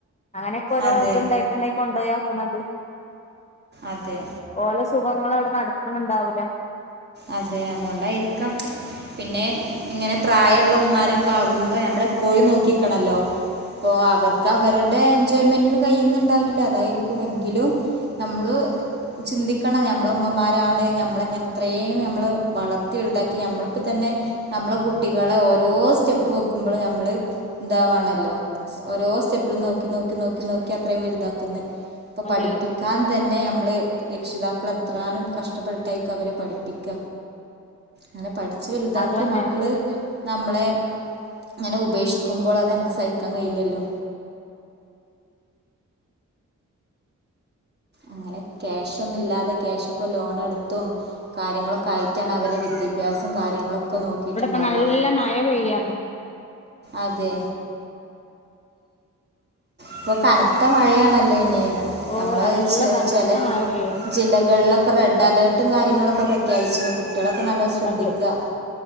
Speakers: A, on the left; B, on the right.
A: അങ്ങനക്കൊരോ
B: അതെ
A: ഇത്ണ്ടായിട്ടാണ് ഈ കൊണ്ടോയാക്കണത്
B: അതെ
A: ഓല സുഖങ്ങളവടെ നടക്ക്ണ് ണ്ടാവുല്ല.
B: അതെ അതോണ്ടായിരിക്കാം പിന്നെ ഇങ്ങനെ പ്രായള്ള ഉമ്മാരൊക്കകുമ്പോ നമ്മളെ എപ്പോഴും നോക്കിക്കണല്ലോ അപ്പോ അവർക്ക് അവരുടെ എൻജോയ്മെന്റിന് കയ്യ്ന്ന്ണ്ടാവില്ല അതായിരിക്കും എങ്കിലും നമ്മള് ചിന്തിക്കണം ഞമ്മളെ ഉമ്മമാരാണ് നമ്മളിങ്ങനെ ഇത്രേം നമ്മൾ വളർത്തി വലുതാക്കി നമ്മളിപ്പോതന്നെ നമ്മളെ കുട്ടികളെ ഓരോ സ്റ്റെപ്പ് വെക്കുമ്പോളും നമ്മള് ഇന്താവാണല്ലോ ഓരോ സ്റ്റെപ്പിലും നോക്കി നോക്കി നോക്കി നോക്കി അത്രയും വലുതാക്ന്നെ പ്പൊ
A: അതെ
B: പഠിപ്പി ക്കാൻ തന്നെ നമ്മൾ രക്ഷിതാക്കൾ എത്രാനും കഷ്ടപ്പെട്ടായിരിക്കും അവരെ പഠിപ്പിക്ക ങ്ങനെ പഠിച്ച് വൽതാക്കി
A: അതന്നെ
B: മക്കള് നമ്മളെ അങ്ങനെ ഉപക്ഷിക്കുമ്പോൾ അത് നമക്ക് സഹിക്കാൻ കയിലല്ലോ അങ്ങനെ ക്യാഷ് ഒന്നുല്ലാതെ ക്യാഷൊക്കെ ലോണെടുത്തും കാര്യങ്ങളൊക്കായിറ്റാണ് അവരെ വിദ്യാഭ്യാസം കാര്യങ്ങളൊക്കെ നോക്കിയിട്ടുണ്ടാവുക
A: ഇബടെ പ്പം നല്ല മഴ പെയ്യാ
B: അതെ പ്പൊ കനത്ത മഴയാണല്ലോ ഇനി
A: ഓ
B: നമ്മള്
A: നല്ല
B: ചെ
A: കനത്ത
B: ചെലെ
A: മഴ പെയ്യാണ്
B: ജില്ലകളിലൊ ക്കെ റെഡ് അലേർട്ടും കാര്യങ്ങളൊക്കെ പ്രഖ്യാപിച്ച്ണ് കുട്ട്യാളൊക്കെ നല്ലോം ശ്രദ്ധിക്ക
A: അതെ